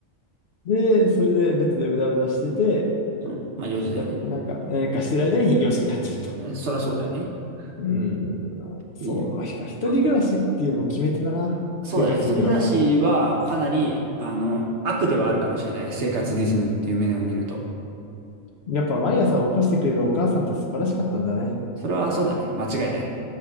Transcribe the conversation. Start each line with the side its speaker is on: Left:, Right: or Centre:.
Left: で、それでベッドでうだうだしてて、
Right: うん。まあ4時だよね。
Left: や、なんか、何かしてる間に養子になっちゃうと。
Right: 4時だよね。そりゃそうだよね。っ
Left: うん、そう、
Right: ていう。
Left: やっぱ一人暮らしっていうのも決め手だな。
Right: まあまあそうだね。
Left: 生活リズムが壊れる。
Right: 一人暮らしはかなり、あの、悪ではあるかもしれない。生活リズムっていう面を見ると。
Left: うん、やっぱ毎朝起こしてくれるお母さんって素晴らしかったんだね。
Right: それはそうだね。間違いない。